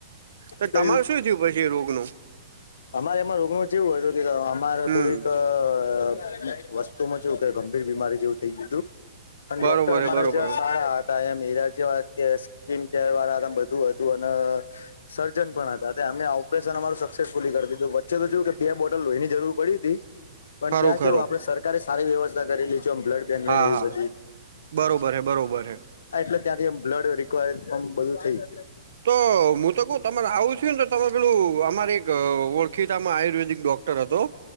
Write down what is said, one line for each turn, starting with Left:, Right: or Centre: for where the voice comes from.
Right: તો તમારું
Left: કયું
Right: શું થયું પછી એ રોગનુ
Left: અમારે એમાં રોગનું જ એવું હોય તો કે અમારે
Right: હમ
Left: થોડીકસ્ત શુંચું કે ગંભીર બીમારી જેવુ થઈ ગય હતુ, પણ
Right: બરોબર
Left: ડોક્ટર અમારે
Right: હે બરોબર
Left: જ્યા
Right: હે.
Left: સારા મરાજી વા કે સ્ક્રીન કેર વાળામ બધુ હતુ અને સર્જન પણ હતા. એમને ઓપરેશન અમારું સક્સેસ વચ્ચે તો જોયુ, કે બે બોટલ લો એની જરૂર પડી હતી પણ
Right: ખરું
Left: ત્યાં
Right: ખરું
Left: કેવું આપડે સર સરકારે સારી વ્યવસ્થા કરી લેજો આમ બ્લડ બેંક
Right: હા
Left: એવી
Right: હા
Left: બધી
Right: બરોબર હે બરોબર હે
Left: એટલે ત્યાંથી બ્લડ રિક્્વાયરમ બધું થઈ ગયુ.
Right: તો હુ તો કઉ તમારે આવું છુને, તમે પેલું અમારે એક ઓ ખીતામાં આયુર્વેદિક ડોક્ટર હતો.